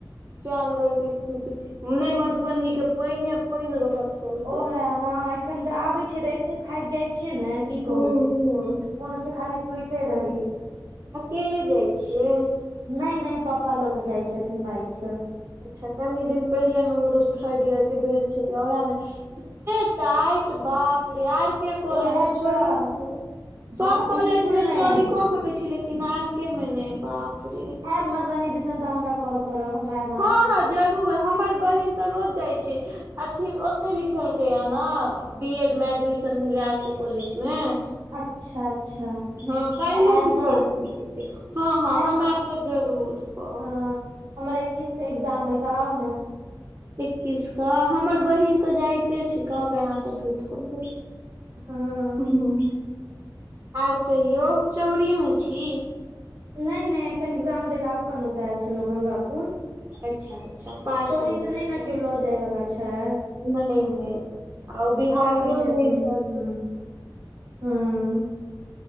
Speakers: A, on the right; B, on the right.
A: जयनगर के स्थिति, ने मधुबनी के पयने पेन रहत। सौंसे
B: ओहे हँ एखन जे आबे छिय तऽ एते थाकि जाय छियै ने, की
A: ह
B: कहू मन होइ छै, खाली सुते रही।
A: अकेले जाय छियै।
B: नैय- नैय पपा ल क जाय छथिन बाइक सँ
A: अच्छा कनि दिन पहिले, हमरो थर्ड ईयर के भेल छेलैय, वैह में एते टाइट, बाप रे आर एके कॉलेज
B: ओहे
A: मे चोरीयो
B: तऽ
A: ने करू, सब
B: बाप
A: कॉलेज
B: बिल्कुल
A: में
B: नहि
A: चोरी क सकै छीे लेकिन लेकिन आर के मे नेै, बाप रे
B: आयब मधुबनी दिसन तऽ हमरा कॉल करब, हम ऐऽब
A: हँ- हँ जरूर, हमर बहिन तऽ रोज जाय छैय। अथी ओतेै लिखेलकै या न बी एड मे एडमिशन भेलै, आर के कॉलेज में
B: अच्छा अच्छा
A: हँ कैल्हो
B: तऽ आयब
A: की
B: ने
A: परसु जेतै, हँ -हँ
B: आयब
A: हम
B: ने
A: ऐब जरूर कहब
B: हँ हमर एकिस क एग्जाम अय, तऽ आउ न।
A: एकीस क हमर बहिन तऽ जाइते छैय, कहबे आहाँ से भेंट कऽ लेत।
B: हँ
A: हुं आर कहियौ चौरी में छी।
B: नै -नै एखन एग्जाम देैले, अपन ओतऽ एल छेलौ गंगापुर।
A: अच्छा -अच्छा, पास
B: चोरी
A: अय ओत
B: से नहि
A: स।
B: ने केओ लऽ जाय बला छैय।
A: नै -नै आ ओ बिहारियो
B: रहै छथिन
A: नै छैथ।
B: हँ हँ